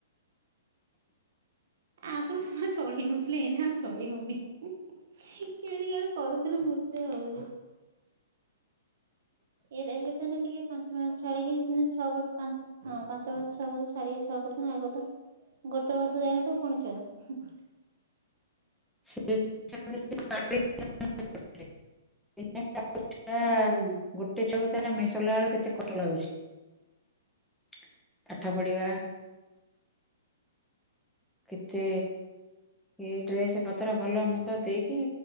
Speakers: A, on the right; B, in the centre.
A: ଆଗୁରୁ ସେମାନେ ଚଳେଇ ନଉଥିଲେ ଏନା ଆଉ ଚଳେଇ ହଉନି। କେମିତି କେଜାଣେ କରୁଥିଲେ ମୁଁ ସେଇଆ ଭାବୁଚି। ଇଏ ଯାଇକି ତାହେନେ ଟିକେ ପାଞ୍ଚ ମାସ ଛାଡିକି ଛଅ ବର୍ଷ ପା ହଁ ପାଞ୍ଚ ମାସ ଛଅ ମାସ, ଛାଡିକି ଛୁଆ କରୁଚନ୍ତି ଆଗରୁ ତ ଗୋଟେ ବର୍ଷ ଯାଇ ନଥିବ ଫୁଣି ଛୁଆ। ହୁଁ।
B: ସେ <unintelligible> ଏଇ <unintelligible> ଛୁଆ।
A: ହଁ।
B: ଗୋଟେ ଛୁଆକୁ ତାହଲେ ମିଶଲା ବେଳକୁ କେତେ କଠ ଲାଗୁଛି। ପାଠପଢିବା କେତେ, ଏ ଡ୍ରେସ୍ ପତ୍ର ଭଲ ମନ୍ଦ ଦେଇକି